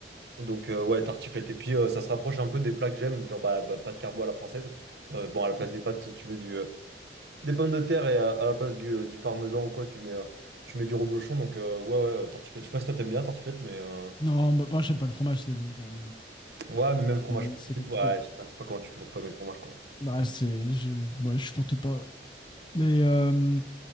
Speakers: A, on the right (about 65°); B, on the left (about 25°).
A: Donc euh, ouais, tartiflette. Et puis euh, ça se rapproche un peu des plats que j'aime, genre bah, bah, pâte carbo à la française. Euh, bon, à la place
B: Mm.
A: des pâtes, tu mets du, euh, des pommes de terre et à, à la place du, euh, du parmesan ou quoi, tu mets, euh, tu mets du reblochon. Donc euh, ouais, ouais, tartiflette. Je sais pas si toi t'aimes bien tartiflette, mais euh,
B: Non, bah, moi, j'aime pas le fromage, c'est donc... euh,
A: ouais, mais même fromage.
B: c'est c'est
A: frit,
B: compliqué.
A: Ouais, je sais pas je sais pas comment tu fais pour pas aimer le fromage quoi.
B: Bah, c'est... Je, ouais, je supporte pas. Et, euh,